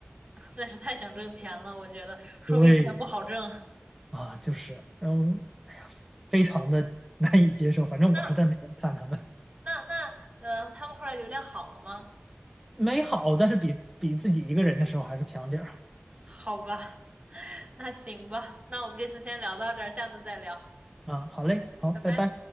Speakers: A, on the right; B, in the centre.
A: <laughs> 但是太想挣钱了，我觉得说明钱不好挣。
B: 对
A: <laughs>
B: 啊，就是，然后哎呀，非常的 <laughs> 难以接受。反正我是在那边看他们，
A: 那那那呃，他们后来流量好了吗？
B: 美好，但是比比自己一个人的时候还是强点儿
A: 好吧。那行吧，那我们这次先聊到这儿，下次再聊，
B: 啊。好嘞，好，
A: 拜拜。
B: 拜拜。